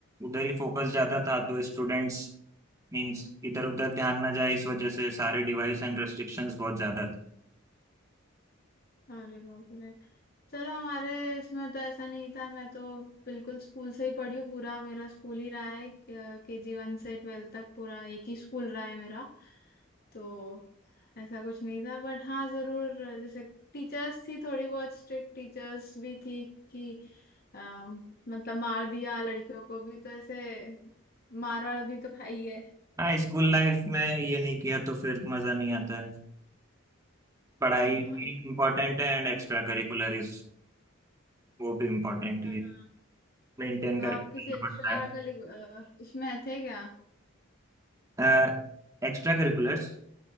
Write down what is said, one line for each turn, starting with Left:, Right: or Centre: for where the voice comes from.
Right: उधर ही फोकस ज्यादा था तो स्टूडेंट्स मीन्स इधर उधर ध्यान ना जाए इस वजह से सारे डिवाइस एंड रेस्ट्रिक्शंस बहुत ज्यादा थे
Left: अरे बाप रे। चलो हमारे इसमें तो ऐसा नहीं था मैं तो बिल्कुल स्कूल से ही पढ़ी हूँ पूरा मेरा स्कूल ही रहा है के जी वन से ट्वेल्थ तक पूरा एक ही स्कूल रहा है मेरा तो ऐसा कुछ नहीं था बट हाँ ज़रूर जैसे टीचर्स थी थोड़ी बहुत स्ट्रिक्ट टीचर्स भी थी कि अम, मतलब मार दिया लड़कियों को भी तो ऐसे मार वार भी तो खाई है
Right: हाँ स्कूल लाइफ में ये नहीं किया तो फिर मजा नहीं आता है पढ़ाई
Left: हाँ
Right: भी इम्पोर्टेंट है एंड एक्स्ट्रा करिकुलर इज वो भी इम्पोर्टेंट
Left: हाँ,
Right: ही मेंटेन
Left: तो
Right: करके
Left: आप किसी
Right: चलना
Left: एक्स्ट्रा
Right: पड़ता
Left: उसमें थे क्या
Right: है एक्स्ट्रा करिकुलर्स